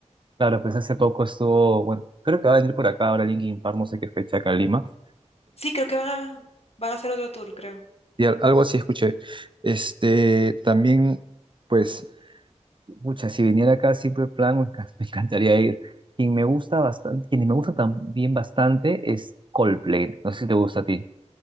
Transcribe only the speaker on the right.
Claro, pues hace poco estuvo, bueno, creo que va a venir por acá ahora Linkin Park, no sé qué fecha acá en Lima.
Y al- algo así escuché. Este, también, pues, mucha, si viniera acá siempre plan, me encan- <laughs> me encantaría ir. Quien me gusta bastante, quien me gusta también bastante es Coldplay. No sé si te gusta a ti.